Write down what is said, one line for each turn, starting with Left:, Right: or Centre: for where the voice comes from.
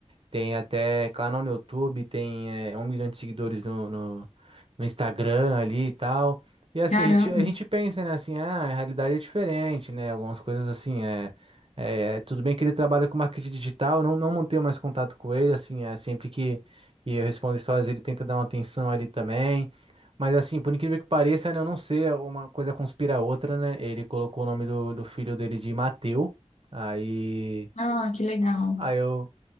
Right: Tem até canal no YouTube, tem eh, um milhão de seguidores no, no, no Instagram ali e tal. E assim,
Left: Caramba.
Right: a gente, a gente pensa, né, assim, ah, a realidade é diferente, né? Algumas coisas assim, é, é, é, tudo bem que ele trabalha com marketing digital, eu não, não mantenho mais contato com ele, assim, é, sempre que, que eu respondo histórias, ele tenta dar uma atenção ali também. Mas assim, por incrível que pareça, né, eu não sei, eh, uma coisa conspira a outra, né? Ele colocou o nome do, do filho dele de Mateu. Aí.
Left: Ah, que legal.
Right: Aí eu